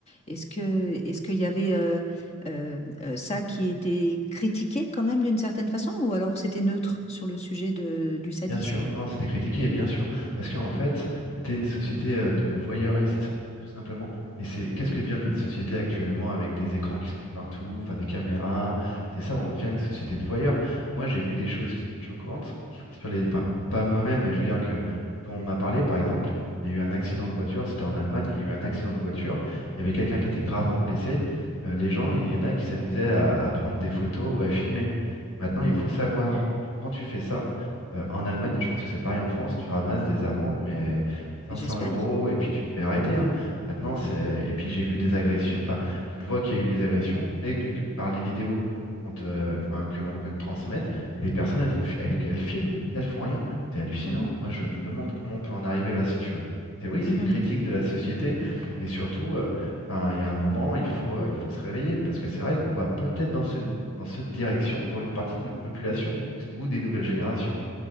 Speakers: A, on the left (about 30°); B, on the left (about 80°).
A: Est-ce que, est-ce qu'il y avait euh, euh, euh, ça qui était critiqué quand même d'une certaine façon, ou alors c'était neutre sur le sujet de, du sadisme?
B: Bien sûr, non, c'était critiqué, bien sûr, parce qu'en fait,
A: Mm,
B: c'était une société euh, de voyeuristes, tout simplement. Et c'est qu'est-ce
A: mm,
B: que devient notre société actuellement avec des écrans qui sont de partout, enfin des caméras, c'est ça, on devient une société de voyeurs. Moi, j'ai vu des
A: mm,
B: choses qui sont choquantes sur les,
A: mhm,
B: enfin pas moi-même, mais je veux dire que dont on m'a parlé, par exemple, il y a eu un accident de voiture, c'était en Allemagne, il y a eu un accident de voiture, il y avait quelqu'un
A: mhm,
B: qui était gravement blessé. Euh, les
A: mhm,
B: gens, il y en a qui s'amusaient à à prendre des photos ou à filmer. Maintenant, il
A: mhm,
B: faut savoir que quand tu fais ça euh, en
A: mhm.
B: Allemagne, je pense que c'est pareil en France, tu ramasses des amendes, mais 500
A: Mais j'espère.
B: euros, et puis tu te fais arrêter. hein. Maintenant, c'est...
A: Mhm,
B: Et puis j'ai vu des agressions, enfin, tu vois qu'il y a eu des agressions, tu sais, que- que par les vidéos qu'on te... enfin, qu'on peut te transmettre, et les personnes, elles font... fi- elles, elles filment, tu sais, elles font rien. C'est hallucinant.
A: mhm, mhm,
B: Moi, je me demande
A: mhm,
B: comment on peut en arriver là, si tu veux. C'est oui, c'est
A: mhm.
B: une critique de la société, et surtout, euh, enfin, il y a un moment, il faut, euh, il faut se réveiller, parce que c'est vrai qu'on va peut-être dans ce... dans cette direction pour une partie de notre population ou ou des nouvelles générations.